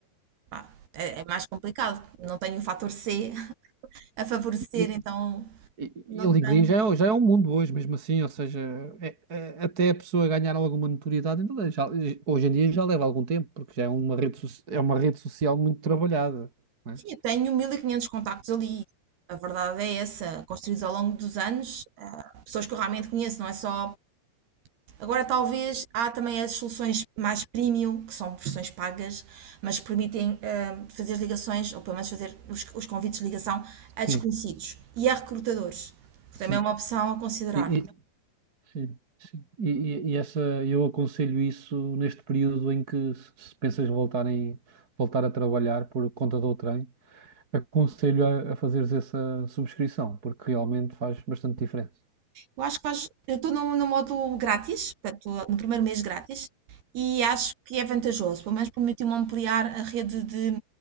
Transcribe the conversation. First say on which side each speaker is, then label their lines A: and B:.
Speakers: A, on the right (about 70°); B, on the right (about 25°).
A: pá, é, é mais complicado. Não tenho o fator C <laughs> a favorecer,
B: E,
A: então
B: e,
A: não
B: e o LinkedIn
A: tenho.
B: já é, já é um mundo hoje, mesmo assim, ou seja, é- é- até a pessoa ganhar alguma notoriedade, ainda já, hoje em dia já leva algum tempo, porque já é uma rede, so- é uma rede social muito trabalhada, não é?
A: Sim, eu tenho mil e quinhentos contactos ali. A verdade é essa, construídos ao longo dos anos, ah, pessoas que eu realmente conheço, não é só Agora, talvez há também as soluções mais premium, que são versões pagas, mas permitem ah, fazer ligações, ou pelo menos fazer os, os convites de ligação a desconhecidos
B: Sim,
A: e a recrutadores, que
B: sim.
A: também é uma opção a considerar.
B: E, e, Sim, sim. E, e- e essa, eu aconselho isso neste período em que se se pensas voltarem, voltar a trabalhar por conta do trem, aconselho a, a fazeres essa subscrição, porque realmente faz bastante diferença.
A: Eu acho que faz. Eu estou no, no modo grátis, portanto, no primeiro mês grátis, e acho que é vantajoso, pelo menos permitiu-me ampliar a rede de